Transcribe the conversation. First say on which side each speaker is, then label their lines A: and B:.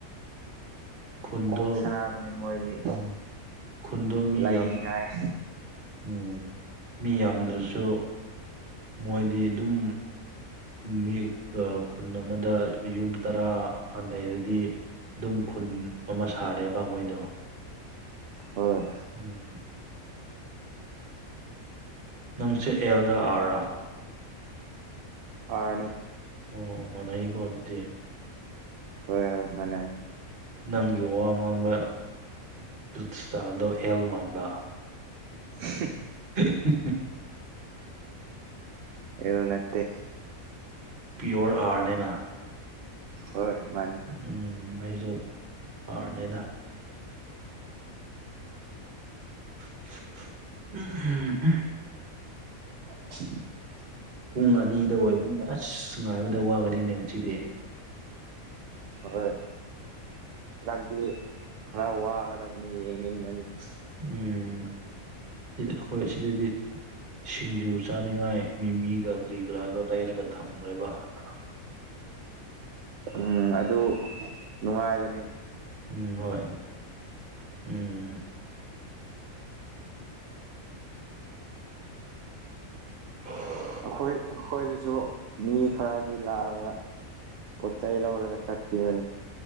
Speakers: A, on the right; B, on the right.
A: ꯈꯨꯟꯗꯣ
B: ꯀꯣꯛ ꯁꯅꯕꯅꯤ ꯃꯣꯏꯗꯤ
A: ꯎꯝ ꯈꯨꯟꯗꯣ ꯃꯤ
B: ꯂꯩꯅꯤꯡꯉꯥꯏ
A: ꯌꯥꯝ ꯎꯝ ꯃꯤ ꯌꯥꯝꯗ꯭ꯔꯁꯨ ꯃꯣꯏꯗꯤ ꯑꯗꯨꯝ ꯃꯤ ꯈꯨꯟ ꯑꯃꯗ ꯌꯨꯝ ꯇꯔꯥ ꯑꯥ ꯂꯩꯔꯗꯤ ꯑꯗꯨꯝ ꯈꯨꯟ ꯑꯃ ꯁꯥꯔꯦꯕ ꯃꯣꯏꯗꯣ
B: ꯍꯣꯏ
A: ꯎꯝ ꯅꯪꯁꯦ ꯑꯦꯜ ꯂꯥ ꯑꯥꯔꯥ
B: ꯑꯥꯔꯅꯦ
A: ꯑꯣ ꯃꯅꯩꯀꯣ ꯑꯗꯨꯗꯤ
B: ꯍꯣꯏ ꯃꯅꯩ
A: ꯅꯪꯒꯤ ꯋꯥ ꯉꯥꯡꯕ ꯏꯁꯇꯥꯥꯏꯜꯗꯣ ꯑꯦꯜ ꯃꯥꯟꯕ
B: <unintelligible>
A: <unintelligible>
B: ꯑꯦꯜ ꯅꯠꯇꯦ
A: ꯄꯤꯌꯣꯔ ꯑꯥꯔꯅꯦꯅ
B: ꯍꯣꯏ ꯃꯥꯅꯤ
A: ꯎꯝ ꯑꯩꯁꯨ ꯐꯔꯅꯦꯗ <unintelligible>
B: <unintelligible>
A: ꯄꯨꯡ ꯑꯅꯤꯗ ꯑꯣꯏꯕꯅꯤꯅ ꯑꯁ ꯉꯥꯏꯕꯗ ꯋꯥꯒꯅꯤꯅꯦ ꯉꯁꯤꯗꯤ
B: <unintelligible> ꯍꯟꯗꯛꯇꯤ ꯈꯔ ꯋꯥꯒꯗꯕꯅꯤ ꯌꯦꯡꯅꯤꯡꯅꯗꯤ
A: ꯎꯝ ꯁꯤꯗ ꯑꯩꯈꯣꯏ ꯑꯁꯤꯗꯗꯤ ꯁꯤꯡꯖꯨ ꯆꯥꯅꯤꯡꯉꯥꯏ ꯃꯤꯃꯤ ꯀꯔꯤ ꯀꯔꯥꯗꯣ ꯂꯩꯔꯒ ꯊꯝꯈ꯭ꯔꯦꯕ ꯍꯥꯟꯅ
B: ꯎꯝ ꯑꯗꯨ ꯅꯨꯡꯉꯥꯏꯕꯅꯤ
A: ꯎꯝ ꯍꯣꯏ ꯎꯝ <unintelligible>
B: ꯑꯩꯈꯣꯏ ꯑꯩꯈꯣꯏꯗꯁꯨ ꯃꯤ ꯈꯔꯗꯤ ꯂꯥꯛꯑꯒ ꯄꯣꯠ ꯆꯩ ꯂꯧꯔꯒ ꯆꯠꯈꯤꯕꯅꯤ